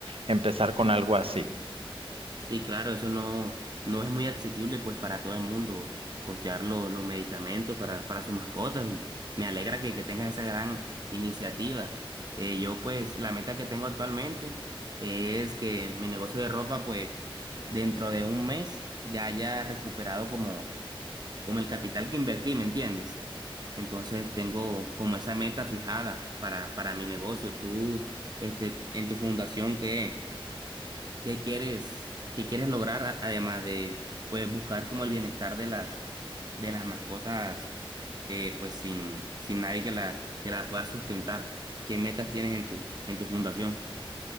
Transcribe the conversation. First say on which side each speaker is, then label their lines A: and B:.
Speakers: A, on the right; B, on the right.
A: empezar con algo así.
B: Sí, claro, eso no, no es muy asequible pues para todo el mundo costear lo- los medicamentos para, para sus mascotas y me alegra que, que tengas esa gran iniciativa. Eh, yo pues la meta que tengo actualmente es que mi negocio de ropa pues dentro de un mes ya haya recuperado como, como el capital que invertí, ¿me entiendes? Entonces tengo como esa meta fijada para, para mi negocio. Tú, este, en tu fundación, ¿qué? ¿Qué quieres, qué quieres lograr a- además de pues buscar como el bienestar de las de las mascotas eh, pues sin sin nadie que la que la pueda sustentar? ¿Qué metas tienes en tu en tu fundación?